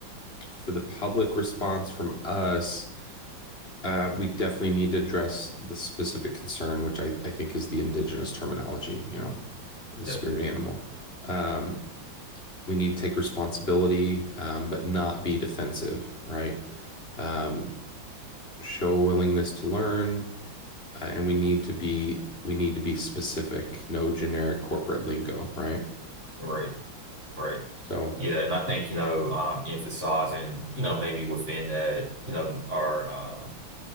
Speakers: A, on the left; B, on the right.
A: for the public response from us, uh, we definitely need to address the specific concern, which I, I think is the indigenous terminology, you know, the
B: Yeah.
A: spirit animal. Um, we need to take responsibility, um, but not be defensive, right? Um, show a willingness to learn, uh, and we need to be we need to be specific, no generic corporate lingo, right?
B: Right. Right.
A: So
B: Yeah. And I think, you know, um, emphasizing, you know, maybe within that, you know, our, um,